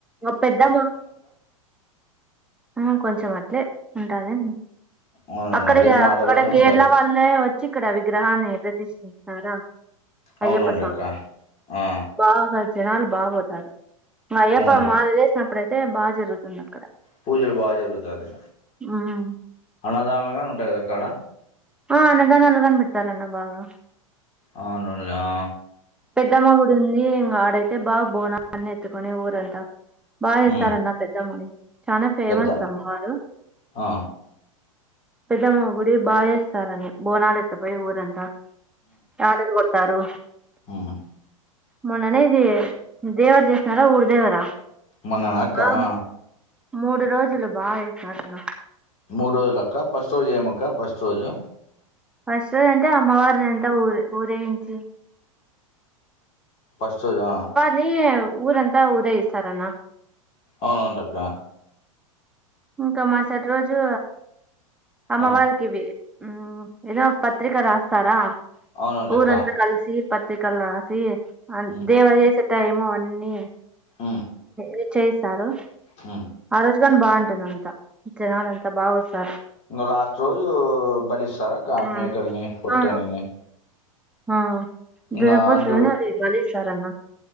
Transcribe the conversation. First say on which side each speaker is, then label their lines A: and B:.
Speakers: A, in the centre; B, on the left.
A: పెద్దమ్మా ఆ కొంచెం అట్లే ఉంటది
B: అవునవును
A: అక్కడది
B: అదే మోడల్లోనే
A: అక్కడ కేరళ
B: ఉంటది
A: వాళ్లే వచ్చి ఇక్కడ విగ్రహాన్ని రా అయ్యప్ప
B: అవునవునులేక్క
A: స్వామి
B: ఆ
A: బాగా జనాలు బాగ పోతారు అయ్యప్ప
B: అవునులే
A: మాల లేేసినప్పుడు అయితే బాగా జరుగుతుంది అక్కడ
B: పూజలు బాగా జరుగుతది
A: ఉమ్
B: అన్నదానలు ఉంటాయి కదా అక్క ఆడా
A: ఆ అన్నదానాలు గాన పెడతారు అన్న బాగా
B: అవును ఉన్లే ఆ
A: పెద్దమ్మగుడి ఉంది ఇంగా ఆడైతే బా బోనాలు అని ఎత్తుకొనీ ఊరంతా బా చేస్తారు
B: మ్మ్
A: అన్నా పెద్దమ్మని చానా ఫేమస్
B: పెద్ద
A: అమ్మవారు
B: ఆ
A: పెద్దమ్మ గుడి బాయ్ ఏయ్ కానని బోనాలు ఎత్తపోయి ఊరు అంతా యాటలు కోత్తారు
B: ఉహు
A: మొన్నే జే దేవర చేసినారు ఊరిదేవరా
B: మున్నన అక్క
A: బాగా
B: ఆ
A: మూడు రోజులు బా చేసినారు అన్నా
B: మూడు రోజులు అక్క ఫస్ట్ రోజు ఏమి అక్క ఫస్ట్ రోజు
A: ఫస్ట్ రోజు అంటే అమ్మవారిని అంతా ఉర్ర్ ఊరేగించి
B: ఫస్ట్ రోజా
A: నీ ఊరంతా ఊరేగిస్తారు అన్న
B: అవును అవును లే అక్క
A: ఇంకా మరుసటి రోజు అమ్మవారికి
B: ఆ
A: ఇవి ఉహ్మ్ ఏదో పత్రిక రాస్తారా
B: అవునవునులేక్క
A: ఊరంతా కలిసి పత్రిక కల్ రాసి అ
B: మ్మ్
A: దేవ చేసే టైమ్ ము అని
B: ఉ
A: ఇ చేయిస్తారు
B: హు
A: ఆరోజు గాని బాగుంటుంది అంతా జనాలు అంతా బాగా వస్తార్
B: ఇంగా లాస్ట్ రోజు బలిస్తారా అక్క
A: ఉమ్,
B: మేకల్ని పొట్టేల్ని
A: ఆ ఆ
B: ఇంగా
A: జన పోచలు
B: అందరు
A: అని ఆది బలి ఇస్తారు అన్న